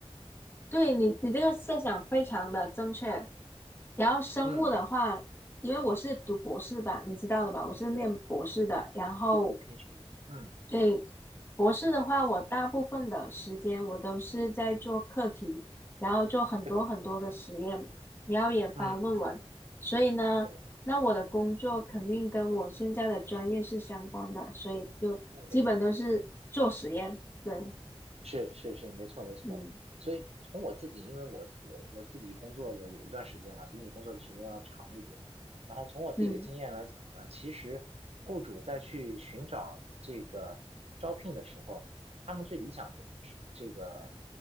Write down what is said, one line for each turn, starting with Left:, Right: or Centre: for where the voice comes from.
Left: 对你，你这个设想非常的正确。然后生物的话，
Right: 嗯，
Left: 因为我是读博士吧，你知道的吧，我是念博士的。
Right: 对，对，
Left: 然后
Right: 是 PhD，嗯，
Left: 对博士的话，我大部分的时间我都是在做课题，然后做很多很多的实验，
Right: 对，
Left: 然后也发论文。
Right: 嗯，
Left: 所以呢，
Right: 对，
Left: 那我的工作肯定跟我现在的专业是相关的，所以就基本都是做实验。
Right: 对。
Left: 对，
Right: 是是是，没错没错。
Left: 嗯
Right: 所以从我自己，因为我我我自己工作了有一段时间了，比你工作的时间要长一点。然后从我自己的经验来讲呢，
Left: 嗯
Right: 其实雇主在去寻找这个招聘的时候，他们最理想的这个